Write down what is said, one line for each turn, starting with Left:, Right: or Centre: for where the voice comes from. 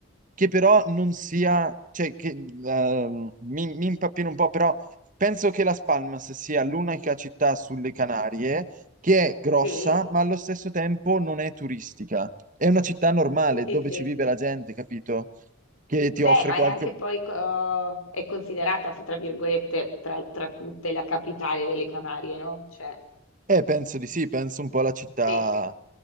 Right: che però non sia... Cioè, che, ehm, mi, mi impappino un po', però penso che Las Palmas sia l'unica città sulle Canarie che è grossa,
Left: Sì,
Right: ma allo stesso tempo non è turistica. È una città normale
Left: sì, sì,
Right: dove
Left: sì.
Right: ci vive la gente, capito? Che ti
Left: Beh,
Right: offre
Left: ma
Right: qualche
Left: è anche poi co è considerata f tra virgolette, tra tra tutte, la capitale delle Canarie, no, cioè
Right: Eh, penso di sì, penso un po' alla città
Left: sì,